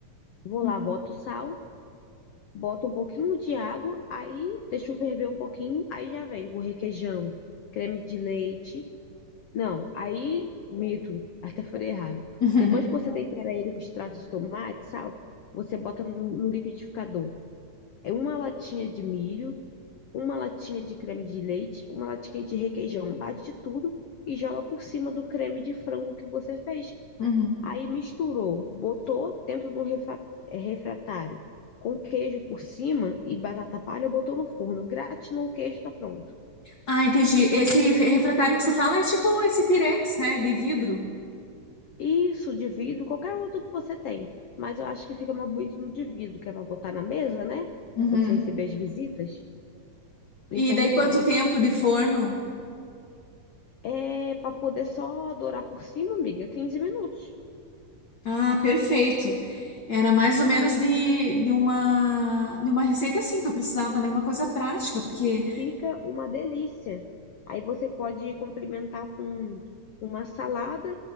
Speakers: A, on the left; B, on the left.
A: Vou
B: uhum,
A: lá, boto sal Bota um pouquinho de água, aí deixa ferver um pouquinho, aí já vem o requeijão, creme de leite. Não, aí, mito, até falei errado.
B: uhum,
A: Depois que você tempera ele com extrato de tomate, sal, você bota no, no liquidificador. É uma latinha de milho, uma latinha de creme de leite, uma latinha de requeijão. Bate tudo e joga por cima do creme de frango que você fez.
B: uhum.
A: Aí misturou, botou dentro do refra- eh, refratário com queijo por cima e batata palha, botou no forno, gratinou o queijo, tá pronto.
B: Ah, entendi. Esse refratário que você fala é tipo esse pirex, né, de vidro.
A: Isso de vidro, qualquer outro que você tenha, mas eu acho que fica mais bonito no de vidro, que é para botar na mesa, né?
B: Uhum.
A: Você receber as visitas.
B: E
A: Então,
B: daí
A: no de
B: quanto
A: vidro
B: tempo de forno?
A: é para poder só dourar por cima, amiga, 15 minutos.
B: Ah, perfeito. Era mais ou menos de, de uma de uma receita assim que eu precisava, né? Uma coisa prática, porque
A: E fica uma delícia. Aí você pode complementar com uma salada